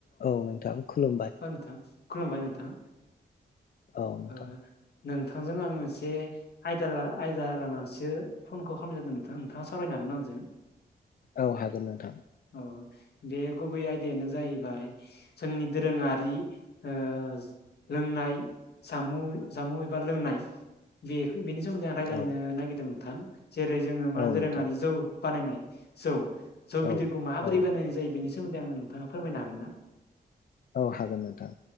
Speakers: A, on the left; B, on the left.
A: औ नोंथां खुलुम
B: औ नोंथां खुलुमबाय नोंथां।
A: औ नोंथां
B: ओ
A: ।
B: नोंथांजों आं मोनसे आयदा आयदा लानानैसो फनखौ खामनाय जादों नोंथां नोंथाङा सावरायनो हाग ना आंजों?
A: औ हागोन नोंथां।
B: ओ बे गुबै आयदायानो जाहैबाय जोंनि दोरोङारि ओ लोंनाय जामुं जामुं एबा लोंनाय बे बेनि सोमोन्दै आं रायज्लायनो
A: औ
B: नागिरदों नोंथां। जेरै जोङो मा
A: औ
B: दोरोङारि
A: नोंथां
B: जौ बानायनाय जौ जौ बिदैखौ
A: औ
B: माबोरै
A: औ
B: बानायनाय जायो बेनि सायाव सोमोन्दै आंनो नोंथाङा फोरमायनो हागोन ना?
A: औ हागोन नोंथां